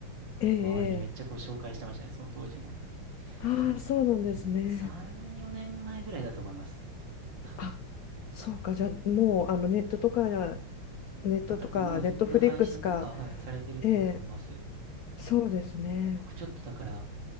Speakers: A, on the left; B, on the right.
A: ええええ
B: こう周りにめっちゃこう紹介してましたね、その当時も。
A: ああーそうなんですね
B: 多分ね、うん3、4年前ぐらいだと思います。多分。
A: あそうかじゃあもうあのネットとかネットとかネットフリックスか
B: あ、多分もう全然配信とか、はい、されてると思いますよ。
A: ええそうですね
B: 僕ちょっとだから、